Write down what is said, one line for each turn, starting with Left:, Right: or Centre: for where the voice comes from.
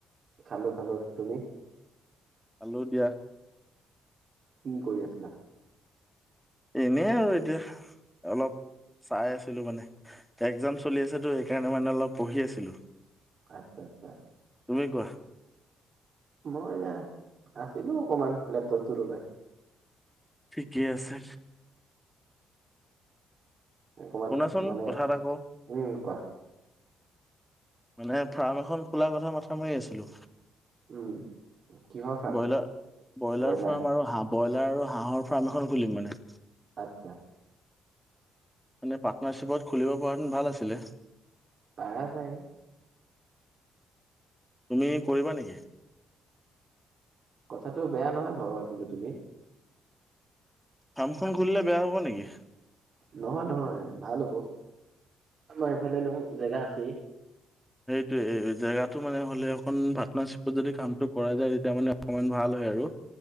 Right: খালো- খালো তুমি?
Centre: খালোঁ দিয়া।
Right: কি কৰি আছিলা?
Centre: এনেই আৰু এতিয়া অলপ চাই আছিলো মানে একজাম চলি আছেতো সেইকাৰণে মানে অলপ পঢ়ি আছিলো।
Right: আচ্ছা -আচ্ছা।
Centre: তুমি কোৱা?
Right: মই আছিলোঁ অকণমান লেপটপটো লগাই।
Centre: ঠিকেই আছে।
Right: অকমান
Centre: শুনাচোন
Right: মানে
Centre: কথা এটা কওঁ
Right: <inaudible> উম কোৱা?
Centre: মানে ফাৰ্ম এখন খোলাৰ কথা মাথা মাৰি আছিলো।
Right: উম কিহৰ ফাৰ্ম
Centre: ব্ৰ‌ইলাৰ-ব্ৰ‌ইলাৰ
Right: ব্ৰইলাৰ
Centre: ফাৰ্ম আৰু হাব ব্ৰইলাৰ আৰু হাঁহৰ ফাৰ্ম এখন খুলিম মানে।
Right: আতছা।
Centre: মানে পাৰ্টনাৰশ্বিপত খুলিব পৰা হেঁতেন ভাল আছিলে।
Right: পাৰা যায়।
Centre: তুমি কৰিবা নেকি?
Right: কথাটো বেয়া নহয় ভবা কিন্তু তুমি
Centre: ফাৰ্মখন খুলিলে বেয়া হব নেকি?
Right: নহয়-নহয় ভাল হ'ব। এইফালেনো জেগা আছেই।
Centre: <unintelligible> জেগাটো মানে হ'লে এইটোৱে জেগাটো মানে হলেএখন পাৰ্টনাৰশ্বিপত যদি কামটো কৰা যায় তেতিয়া মানে অকমান ভাল হয় আৰু।